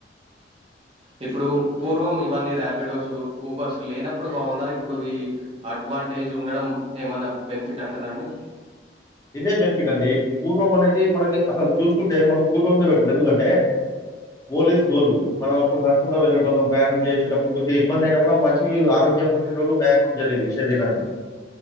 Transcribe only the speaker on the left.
ఇదే బెనిఫిట్ అండి ఇప్పుడు పూర్వం అనేది మనకి అసలు చూసుకుంటే మనం పూర్వంతో బెట్టరు ఎందుకంటే ఓల్ ఇస్ గోల్డ్ మనం అప్పుడు నడుచుకుంట వెళ్ళేటొళ్ళం ప్రయాణం చేసేటప్పుడు కొద్దిగా ఇబ్బంది అయినా కూడా మంచి ఆరోగ్యంగా ఉండేటొళ్ళు వ్యాయామం జరిగేది శరీరానికి